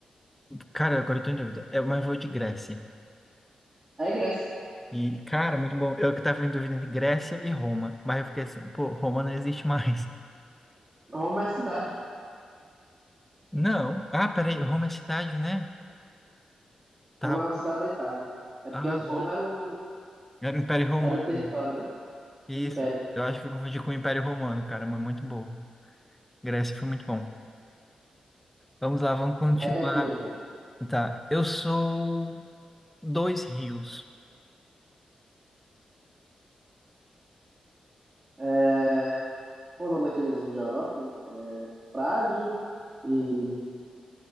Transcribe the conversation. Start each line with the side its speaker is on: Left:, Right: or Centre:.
Centre: Cara, agora eu tô em dúvida. É, mas eu vou de Grécia.
Right: É Grécia.
Centre: E, cara, muito bom. Eu que tava em dúvida entre Grécia e Roma. Mas eu fiquei assim, pô, Roma não existe mais. <laughs>
Right: Roma é cidade. pô.
Centre: Não. Ah, peraí, Roma é cidade, né? Tá.
Right: Roma é uma cidade da Itália. É
Centre: Ah,
Right: porque antes
Centre: olha.
Right: Roma era um
Centre: Era o Império Romano.
Right: era território, né?
Centre: Isso.
Right: Um império.
Centre: Eu acho que eu confundi com o Império Romano, cara, mas muito bom. Grécia foi muito bom. Vamos lá, vamos continuar.
Right: Vai que é tu, então.
Centre: Tá. Eu sou dois rios.
Right: É... Qual o nome daqueles rios da Europa? É Frade e...